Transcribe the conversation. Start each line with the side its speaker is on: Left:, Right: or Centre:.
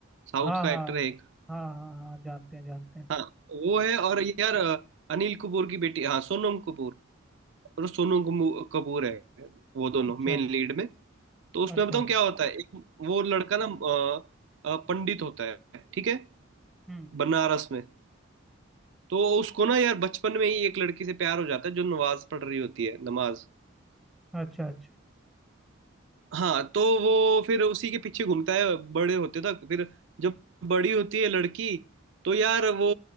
Right: साउथ
Centre: हाँ
Right: का
Centre: हाँ
Right: एक्टर है एक
Centre: हाँ हाँ हाँ जानते हैं जानते हैं
Right: हाँ वो है और यार अ, अनिल कपूर की बेटी हाँ सोनम कपूर और सोनम कमू- कपूर है वो दोनों
Centre: अच्छा
Right: मेन
Centre: अच्छा
Right: लीड में तो उसमें
Centre: अच्छा
Right: बताऊँ
Centre: अच्छा
Right: क्या होता है एक वो लड़का ना अ, अ, पंडित होता है ठीक है
Centre: हम्म
Right: बनारस में तो उसको ना यार बचपन में ही एक लड़की से प्यार हो जाता है जो नमाज पढ़ रही होती है नमाज
Centre: अच्छा अच्छा
Right: हाँ तो वो फिर उसी के पीछे घूमता है बड़े होते तक फिर जब बड़ी होती है लड़की तो यार वो